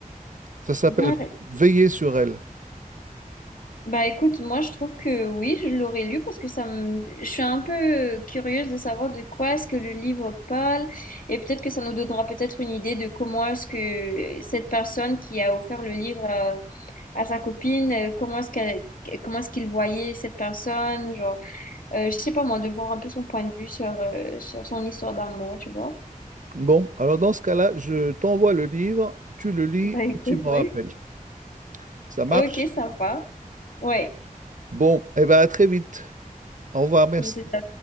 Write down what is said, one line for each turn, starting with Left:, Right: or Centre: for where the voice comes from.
Right: Ça s'appelle
Left: Ben,
Right: Veiller sur elle.
Left: bah écoute, moi je trouve que oui, je l'aurais lu parce que ça me... je suis un peu curieuse de savoir de quoi est-ce que le livre parle et peut-être que ça nous donnera peut-être une idée de comment est-ce que cette personne qui a offert le livre à, à sa copine, euh, comment est-ce qu'elle, comment est-ce qu'il voyait cette personne, genre. Euh, je sais pas moi, de voir un peu son point de vue sur, euh, sur son histoire d'amour, tu vois.
Right: Bon, alors dans ce cas-là, je t'envoie le livre, tu le lis
Left: Bah écoute,
Right: et tu me
Left: ouais.
Right: rappelles. Ça marche?
Left: Ok, sympa. Ouais,
Right: Bon, eh bien à très vite. Au revoir, merci.
Left: je sais pas.